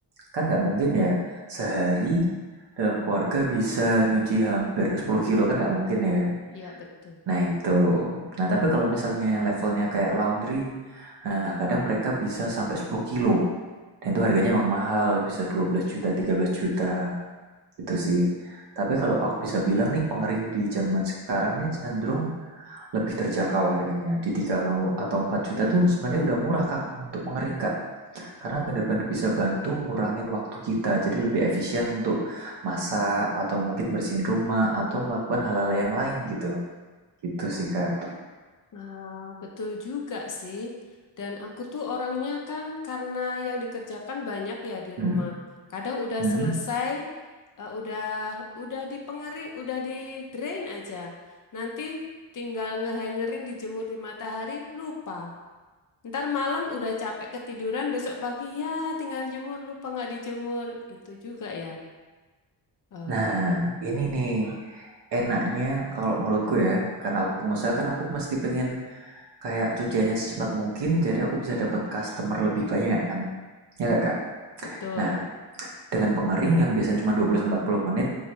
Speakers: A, on the right; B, on the left.
A: Kan nggak mungkin ya sehari dalam keluarga bisa nyuci hampir 10 kilo kan nggak mungkin ya.
B: Iya, betul.
A: Nah itu. Nah tapi kalau misalnya levelnya kayak laundry, nah kadang mereka bisa sampai 10 kilo. Dan itu harganya emang mahal, bisa 12 juta, 13 juta gitu sih. Tapi kalau aku bisa bilang nih pengering di zaman sekarang nih cenderung lebih terjangkau harganya. Di 3 kamu atau 4 juta tuh sebenarnya udah murah Kak untuk mengering Kak. Karena benar-benar bisa bantu ngurangin waktu kita. Jadi lebih efisien untuk masak atau mungkin bersihin rumah atau melakukan hal-hal yang lain gitu. Gitu sih Kak.
B: Nah, betul juga sih. Dan aku tuh orangnya kan karena yang dikerjakan banyak ya di
A: Hmm,
B: rumah. Kadang udah
A: hmm.
B: selesai, eh, udah udah di pengering, udah di drain aja. Nanti tinggal ngehangerin dijemur di matahari, lupa. Ntar malam udah capek ketiduran, besok pagi ya tinggal jemur, lupa nggak dijemur. Itu juga ya. Eh,
A: Nah, ini nih enaknya kalau menurutku ya, karena aku pengusaha kan aku mesti pengen kayak cuciannya secepat mungkin jadi aku bisa dapat customer lebih banyak kan. Ya nggak Kak?
B: betul.
A: Nah, Dengan pengering yang biasanya cuma 20-40 menit,